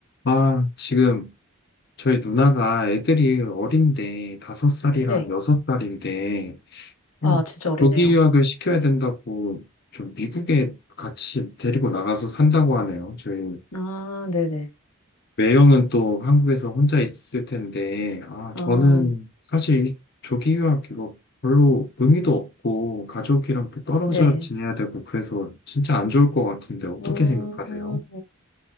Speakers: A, on the left; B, on the left.
A: 아, 지금 저희 누나가 애들이 어린데, 다섯 살이랑
B: 네.
A: 여섯 살인데,
B: 아,
A: 음,
B: 진짜 어리네요.
A: 조기 유학을 시켜야 된다고 좀 미국에 같이 데리고 나가서 산다고 하네요. 저희
B: 아, 네네.
A: 매형은 또 한국에서 혼자 있을 텐데, 아,
B: 아,
A: 저는 사실 이 조기 유학 이거 별로 의미도 없고, 가족이랑 또 떨어져
B: 네.
A: 지내야 되고, 그래서 진짜 안 좋을 것 같은데, 어떻게
B: 음,
A: 생각하세요?